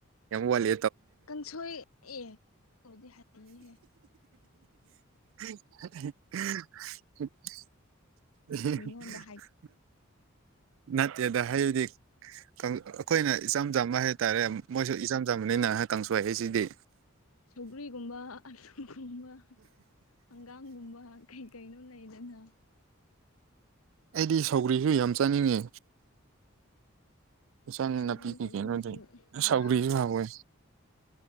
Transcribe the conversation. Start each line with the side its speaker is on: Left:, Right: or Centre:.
Right: ꯌꯥꯝ ꯋꯥꯠꯂꯤ
Left: ꯀꯥꯡꯁꯣꯏ ꯑꯦꯕꯨꯗꯤ ꯍꯩꯍꯦ
Right: <unintelligible>
Left: ꯃꯤꯉꯣꯟꯗ ꯍꯥꯏ
Right: ꯅꯠꯇꯦꯗ ꯍꯥꯏꯗꯤ ꯑꯩꯈꯣꯏꯅ ꯏꯆꯝ ꯆꯝꯕ ꯍꯥꯏꯇꯥꯔꯦ ꯃꯣꯏꯁꯨ ꯏꯆꯝ ꯆꯝꯕꯅꯤꯅ ꯀꯥꯡꯁꯣꯏ ꯍꯥꯏꯁꯤꯗꯤ
Left: ꯁꯧꯒ꯭ꯔꯤꯒꯨꯝꯕ ꯑꯂꯨꯒꯨꯝꯕ ꯍꯪꯒꯥꯝꯒꯨꯝꯕ ꯀꯩ ꯀꯩꯅꯣ ꯂꯩꯗꯅ
Right: ꯑꯩꯗꯤ ꯁꯧꯒ꯭ꯔꯤꯁꯨ ꯌꯥꯝ ꯆꯥꯅꯤꯡꯉꯦ ꯏꯆꯪ
Left: ꯁꯧꯒ꯭ꯔꯤꯒ
Right: ꯅꯥꯄꯤ ꯀꯩ
Left: ꯑꯂꯨꯒꯁꯨ
Right: ꯀꯩꯅꯣꯗ
Left: ꯍꯥꯎꯋꯦ
Right: ꯁꯥꯎꯒ꯭ꯔꯤꯁꯨ ꯍꯧꯋꯦ